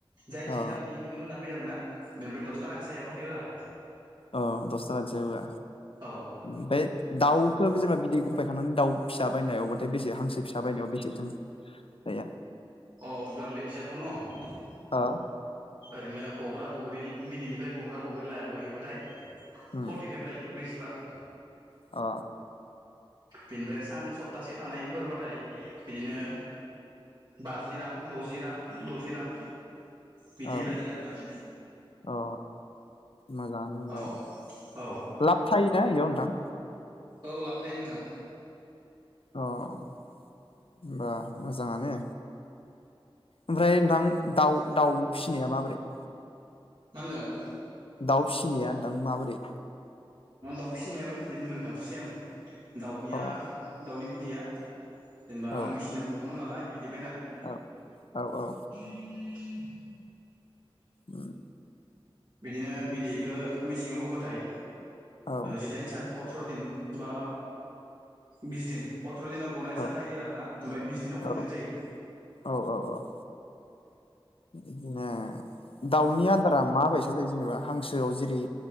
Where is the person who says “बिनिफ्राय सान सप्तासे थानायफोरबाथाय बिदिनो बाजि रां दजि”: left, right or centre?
Right